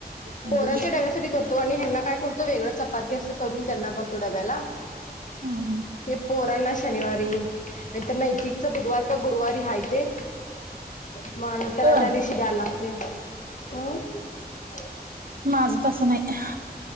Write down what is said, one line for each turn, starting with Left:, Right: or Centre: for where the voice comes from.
Right: हम्म
Left: पोरांच्या डब्यासाठी करतो तो आणि ह्यांना काय करतो, वेगळं चपाती असं करून त्यांना बांधतो डब्याला
Right: हम्म
Left: हे पोरांना शनिवारी, नाही तर नैतिकचा बुधवार त गुरुवारी हायते मग आणि त्याला
Right: होय
Left: त्या दिवशी द्यायला लागते. हं.
Right: माझं तसं नाही,